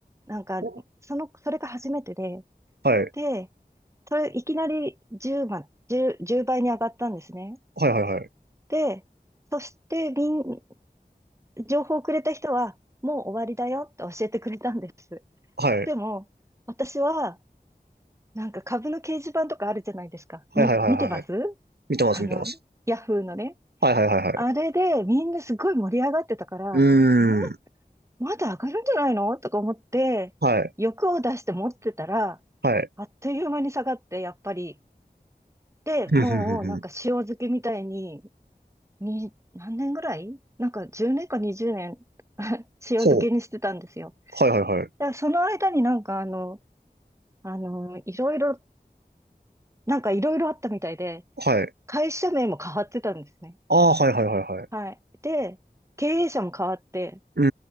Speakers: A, on the right (about 20°); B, on the right (about 80°).
A: なんか、
B: お
A: その、それが初めてで、
B: はい、
A: で、それいきなり10万、1倍に上がったんですね。
B: はい、はい、
A: で、そしてみん、情報をくれた人は、もう終わりだよって教えてくれたんです。
B: はい、
A: でも、私は、なんか株の掲示板とかあるじゃないですか。
B: はい、
A: み、
B: はい、はい、
A: 見てます
B: はい、はいはい、見てます、
A: あの、
B: 見てます。
A: ヤフーのね。
B: はい、はい、はい、はい。
A: あれでみんなすごい盛り上がってたから、
B: うー
A: え、
B: ん、
A: まだ上がるんじゃないのとか思って、
B: はい、
A: 欲を出して持ってたら、
B: はい、
A: あっという間に下がって、やっぱり。で、
B: <laughs> ふんふんふんふん。
A: もうなんか塩漬けみたいに、に、何年ぐらいなんか10年か20年 <laughs> 塩漬けにしてたんですよ。
B: ほう、はい、はい、はい、
A: だからその間になんかあの、あの、いろいろ、なんかいろいろあったみたいで、
B: はい。
A: 会社名も変わってたんですね。
B: ああ、はい、はい、はい、はい。
A: はい。で、経営者も変わって、
B: うー